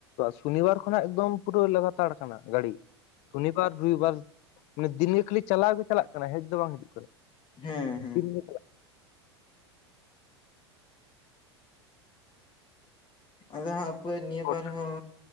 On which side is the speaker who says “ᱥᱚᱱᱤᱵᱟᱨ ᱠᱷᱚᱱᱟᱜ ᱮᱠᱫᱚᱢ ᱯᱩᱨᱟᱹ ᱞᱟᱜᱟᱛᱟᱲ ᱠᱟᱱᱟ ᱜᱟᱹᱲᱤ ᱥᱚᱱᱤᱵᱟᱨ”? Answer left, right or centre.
Left